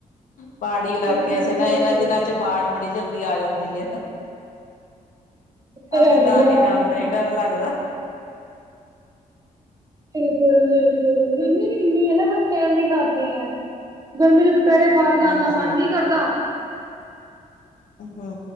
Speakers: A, on the left (about 65°); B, on the right (about 25°).
A: ਪਹਾੜੀ ਇਲਾਕਿਆਂ'ਚ
B: ਹਾਲੇ ਤੇ ਗਰਮੀ
A: ਨਾ, ਇਹਨਾਂ
B: ਬਥੇਰੀ
A: ਦਿਨਾਂ'ਚ
B: ਹੈ।
A: ਬਾੜ ਬੜੀ ਜਲਦੀ ਆ ਜਾਂਦੀ ਏ।
B: ਇਹ
A: ਅਸੀ
B: ਹੈ ਹੀ
A: ਤਾਂ
B: ਹੈ।
A: ਨੀ ਜਾਂਦੇ, ਡਰ ਲੱਗਦਾ।
B: ਬਿਲਕੁਲ-ਬਿਲਕੁਲ, ਗਰਮੀ ਵੀ ਇੰਨੀ ਹੈ ਨਾ ਕੁਛ ਕਹਿਨ ਦੀ ਹੱਦ ਨੀ ਹੈ, ਗਰਮੀ'ਚ ਦੁਪਹਿਰੇ ਬਾਹਰ ਜਾਣ
A: ਹਾਂਜੀ
B: ਦਾ ਮਨ ਨਹੀਂ ਕਰਦਾ।
A: ਹੂੰ